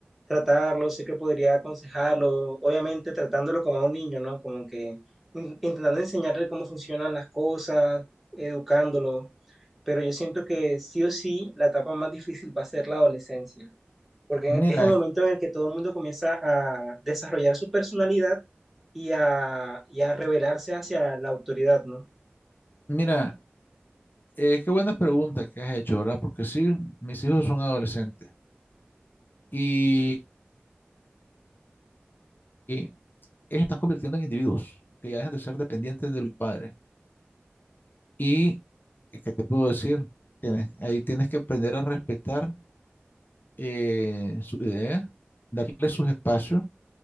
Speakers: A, in the centre; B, on the left (about 55°).
A: tratarlo, sé que podría aconsejarlo, obviamente tratándolo como a un niño, ¿no? Como que in- intentando enseñarle cómo funcionan las cosas, educándolo, pero yo siento que sí o sí la etapa más difícil va a ser la adolescencia. porque
B: mira,
A: en- es el momento en el que todo el mundo comienza a desarrollar su personalidad y a, y a rebelarse hacia la autoridad, ¿no?
B: mira, eh, qué buena pregunta que has hecho, ¿verdad? Porque sí, mis hijos son adolescentes. y, y ellos están convirtiendo en individuos que ya dejan de ser dependientes de los padres. Y, eh, ¿qué te puedo decir? Tienes- ahí tienes que aprender a respetar eh, su idea, darle sus espacios,